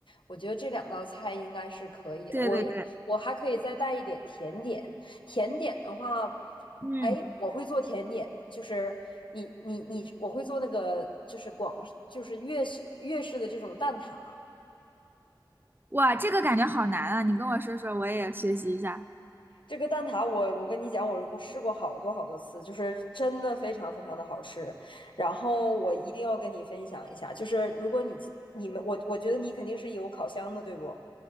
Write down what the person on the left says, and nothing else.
我觉得这两道菜应该是可以了。
我也我还可以再带一点甜点，甜点的话，
哎，我会做甜点，就是你你你，我会做那个就是广就是粤式粤式的这种蛋挞。
这个蛋挞我，我跟你讲，我我试过好多好多次，就是真的非常非常的好吃。然后我一定要跟你分享一下，就是如果你你们我我觉得你肯定是有烤箱的，对不？